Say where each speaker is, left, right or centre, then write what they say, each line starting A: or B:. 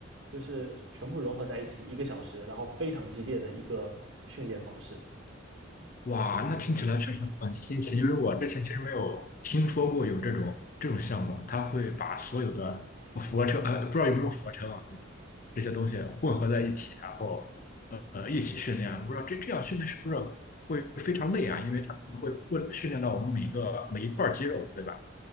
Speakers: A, on the right; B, on the left.
A: 就是全部融合在一起，一个小时，然后非常激烈的一个训练方式。
B: 哇，那听起来确实很新奇，因为我之前其实没有听说过有这种这种项目，它会把所有的俯卧撑，呃，不知道有没有俯卧撑啊，就是这些东西混合在一起，然后呃呃一起训练。不知道这这样训练是不是会非常累啊？因为它可能会会训练到我们每个每一块肌肉，对吧？